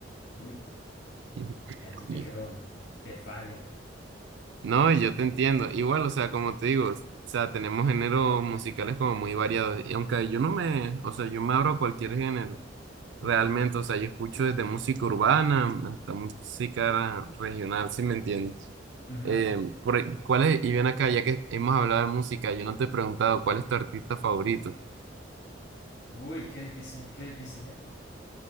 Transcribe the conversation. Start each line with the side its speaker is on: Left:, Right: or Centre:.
Left: Uy,
Right: <laughs>
Left: ahí sí te
Right: Y-
Left: quedó, te, te fallo.
Right: No, yo te entiendo. Igual, o sea, como te digo, o sea, tenemos géneros musicales como muy variados. Y aunque yo no me, o sea, yo me abro a cualquier género,
Left: Ujú,
Right: realmente, o sea, yo escucho desde música urbana hasta música regional, ¿sí me entiendes?
Left: ujú.
Right: Eh, por- e, ¿cuál es? Y bien acá, ya que hemos hablado de música, yo no te he preguntado cuál es tu artista favorito.
Left: Uy, qué difícil, qué difícil, ¿eh?